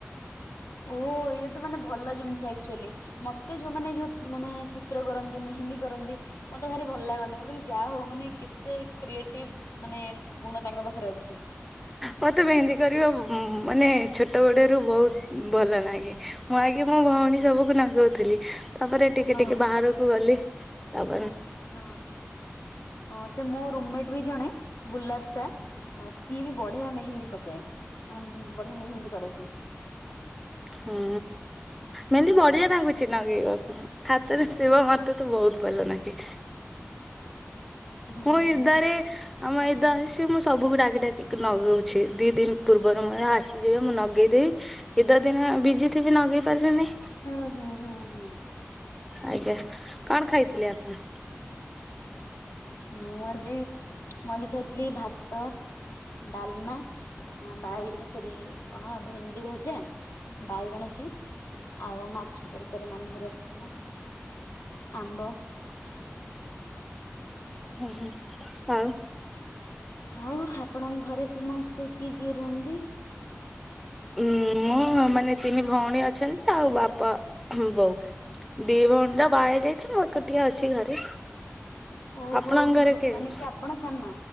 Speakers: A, on the left; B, in the centre.
A: ଓହ ଇଏ ତ ମାନେ ଭଲ ଜିନିଷ ଆକ୍ଚୁଆଲି। ମତେ ଯୋଉମାନେ ଯୋଉ ମାନେ ଚିତ୍ର କରନ୍ତି। ମେହେନ୍ଦୀ କରନ୍ତି। ମତେ ଭାରି ଭଲ ଲାଗନ୍ତି। ମୁଁ କହିଲି ଯାହା ହଉ ମାନେ ମାନ କେତେ କ୍ରିଏଟିଭ ମାନେ ଗୁଣ ତାଙ୍କ ପାଖରେ ଅଛି।
B: ମତେ ମେହନ୍ଦି କରିବ ମାନେ ଛୋଟ ବଡରୁୁ ବହୁତ ଭଲ ନାଗେ। ମୁଁ ଆଗେ ମୋ ଭଉଣୀ ସବୁକୁ ନାଗଉଥିଲି। ତାପରେ ଟିକେ
A: ହଁ
B: ଟିକେ ବାହାରକୁ ଗଲି। ତାପ
A: ହଁ ହଁ ସେ ମୋ ରୁମମେଟ୍ ବି ଜଣେ ଗୁଲାପ୍ସା ସିଏ ବି ବଢିଆ ମେହେନ୍ଦୀ ପଚାଏ। ମାନେ ବଢିଆ ମେହେନ୍ଦୀ କରେ ସେ।
B: ହୁଁ ମେମିତି
A: ହୁଁ।
B: ବଢିଆ ନାଗୁଛି ନଗେଇବାକୁ। ହାତରେ ଥିବ ମତେ ତ ବହୁତ ଭଲ ନାଗେ।
A: ହୁଁ
B: ମୁଁ ଗିରିଧାରୀ
A: ହୁଁ
B: ଆମ ଏଇଦ ଆସିଛି ମୁଁ ସବୁକୁ ଡାକି ଡାକି ନଗଉଛି। ଦି ଦିନ ପୂର୍ବରୁ ମୁ ଆସିଯିବେ ମୁଁ ନଗେଇଦବି। ଏ ଦ ଦିନ ବିଜି ଥିବି ନଗେଇ ପାରିବିନି।
A: ହୁଁ ହୁଁ ହୁଁ ହୁଁ।
B: ଆଜ୍ଞା କଣ ଖାଇଥିଲେ ଆପଣ?
A: ମୁଁ ଆଜି ମୁଁ ଆଜି ଖାଇଥିଲି ଭାତ ଡାଲମା ବାଇ ସରି କଣ ଭେଣ୍ଡି ଭଜା ବାଇଗଣ ଚିପ୍ସ୍। ଆଉ ମାଛ ତରକାରୀ ମାମୁଁ ଘରୁ ଆସିଥିଲା। ଆମ୍ବ।
B: ଉଁ ହୁଁ ଆଉ?
A: ଆଉ ଆପଣଙ୍କ ଘରେ ସମସ୍ତେ କିଏ କିଏ ରୁହନ୍ତି?
B: ଉଁ ମୁଁ ମାନେ ତିନି ଭଉଣୀ ଅଛନ୍ତି। ଆଉ ବାପା ବୋଉ। ଦି ଭଣ୍ଡା ବାହାଇ ଯାଇଛି। ମୁଁ ଏକୁଟିଆ ଅଛି ଘରେ।
A: ଓହୋ
B: ଆପଣଙ୍କ
A: ହୋ
B: ଘରେ
A: ହୋ
B: କିଏ?
A: ମାନେ କି ଆପଣ ସାନ